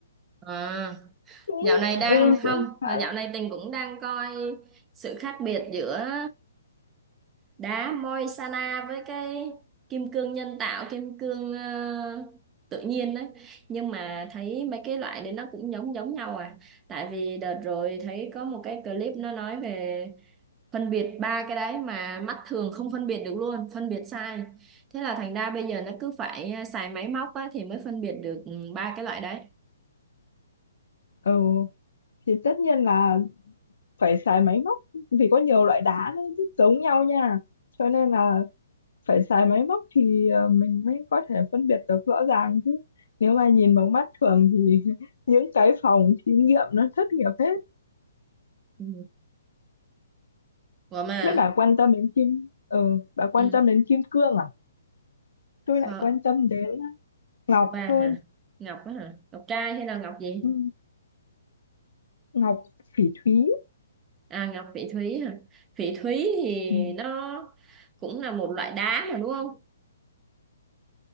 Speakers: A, on the right (about 20°); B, on the left (about 70°).
A: À,
B: cũng
A: dạo này đang
B: ừ, cũng
A: không,
B: khá là
A: dạo này Tình cũng đang coi sự khác biệt giữa đá moi với cái kim cương nhân tạo kim cương ờ, tự nhiên đấy nhưng mà thấy mấy cái loại đấy nó cũng giống giống nhau à tại vì đợt rồi thấy có một cái clip nó nói về phân biệt ba cái đấy mà mắt thường không phân biệt được luôn phân biệt sai thế là thành ra bây giờ nó cứ phải ờ, xài máy móc á, thì mới phân biệt được ừ, ba cái loại đấy
B: ừ thì tất nhiên là phải xài máy móc vì có nhiều loại đá nó rất giống nhau nha cho nên là phải xài máy móc thì ờ, mình mới có thể phân biệt được rõ ràng chứ nếu mà nhìn bằng mắt thường thì <laughs> những cái phòng thí nghiệm nó thất nghiệp hết
A: ừ. Ủa mà
B: thế bà quan tâm đến kim ừ bà quan
A: ừ.
B: tâm đến kim cương à tôi lại
A: Kho...
B: quan tâm đến ngọc
A: vàng
B: hơn
A: hả ngọc á hả ngọc trai hay là ngọc gì
B: ừ, ngọc phỉ thúy
A: À ngọc phỉ thúy hả? Phỉ thúy thì
B: ừ.
A: nó cũng là một loại đá mà đúng không?